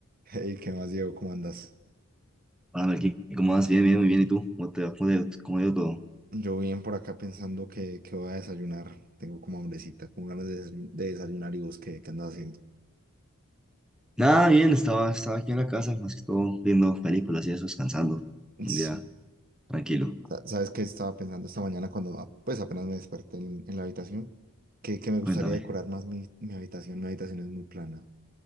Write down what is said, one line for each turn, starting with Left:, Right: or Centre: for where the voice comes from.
Right: Hey, ¿qué más, Diego? ¿Cómo andas?
Centre: Ah, aquí, ¿cómo vas? Bien, bien, muy bien. ¿Y tú? ¿Cómo te va? ¿Cómo te- cómo ha ido todo?
Right: Yo bien por acá pensando que, que voy a desayunar. Tengo como hambrecita, como ganas de, desay- de desayunar y vos, ¿qué, qué andas haciendo?
Centre: Nada, bien, estaba, estaba aquí en la casa, más que todo viendo películas y eso, descansando. Un
Right: Sí.
Centre: día tranquilo.
Right: Sa- ¿Sabes qué estaba pensando esta mañana cuando a- pues apenas me desperté en, en la habitación? Que, que me gustaría
Centre: Cuéntame.
Right: decorar más mi, mi habitación. Mi habitación es muy plana.